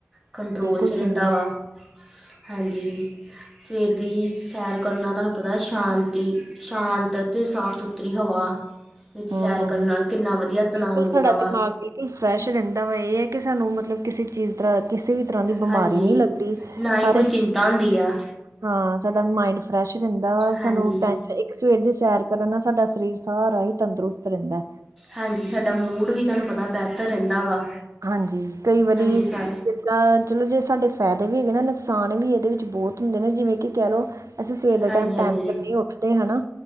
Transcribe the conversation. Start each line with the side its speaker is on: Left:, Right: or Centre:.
Centre: ਕੰਟਰੋਲ
Right: ਬਿਲਕੁਲ
Centre: 'ਚ
Right: ਸਹੀ
Centre: ਰ ਰਹਿੰਦਾ
Right: ਹੈ
Centre: ਵਾ, ਹਾਂਜੀ। ਸਵੇਰ ਦੀ ਸੈਰ ਕਰਨਾ, ਤੁਹਾਨੂੰ ਪਤਾ ਸ਼ਾਂਤੀ ਸ਼ਾਂਤ ਅਤੇ ਸਾਫ ਸੁਥਰੀ ਹਵਾ ਵਿੱਚ
Right: ਹਮ
Centre: ਸੈਰ
Right: ਹਮ
Centre: ਕਰਨ ਨਾਲ ਕਿੰਨਾ ਵਧੀਆ ਤਣਾਅ
Right: ਬਿਲਕੁਲ
Centre: ਮਿਲਦਾ
Right: ਸਾਡਾ
Centre: ਵਾ।
Right: ਦਿਮਾਗ ਬਿਲਕੁਲ ਫਰੈਸ਼ ਰਹਿੰਦਾ ਵਾ, ਇਹ ਹੈ ਕਿ ਸਾਨੂੰ ਮਤਲਬ ਕਿਸੇ ਚੀਜ਼ ਤਰ ਕਿਸੇ ਵੀ ਤਰ੍ਹਾਂ ਦੀ ਬਿਮਾਰੀ
Centre: ਹਾਂਜੀ
Right: ਨੀ ਲੱਗਦੀ,
Centre: ਨਾ ਹੀ
Right: ਹਰ
Centre: ਕੋਈ
Right: ਇੱਕ
Centre: ਚਿੰਤਾ ਹੁੰਦੀ ਆ
Right: ਹਾਂ ਸਾਡਾ ਮਾਇੰਡ ਫਰੈਸ਼ ਰਹਿੰਦਾ ਵਾ,
Centre: ਹਾਂਜੀ
Right: ਸਾਨੂੰ ਟੈਸ਼ ਇੱਕ ਸਵੇਰ ਦੀ ਸੈਰ ਕਰਨ ਨਾਲ ਸਾਡਾ ਸਰੀਰ ਸਾਰਾ ਹੀ ਤੰਦਰੁਸਤ ਰਹਿੰਦਾ।
Centre: ਹਾਂਜੀ, ਸਾਡਾ ਮੂਡ ਵੀ ਤੁਹਾਨੂੰ ਪਤਾ ਬਿਹਤਰ ਰਹਿੰਦਾ ਵਾ।
Right: ਹਾਂਜੀ ਕਈ ਵਾਰੀ
Centre: ਹਾਂਜੀ ਸਾ
Right: ਅਸ ਅ ਚਲੋ ਜੇ ਸਾਡੇ ਫ਼ਾਇਦੇ ਵੀ ਹੈਗੇ ਨਾ ਨੁਕਸਾਨ ਵੀ ਇਹਦੇ ਵਿੱਚ ਬਹੁਤ ਹੁੰਦੇ ਨੇ ਜਿਵੇਂ ਕਿ ਕਹਿ ਲਓ ਅਸੀਂ ਸਵੇਰ ਦੇ
Centre: ਹਾਂਜੀ
Right: ਟਾਈਮ
Centre: ਹਾਂਜੀ
Right: ਟਾਈਮ ਤੇ ਨਹੀਂ ਉੱਠਦੇ ਹੈਾ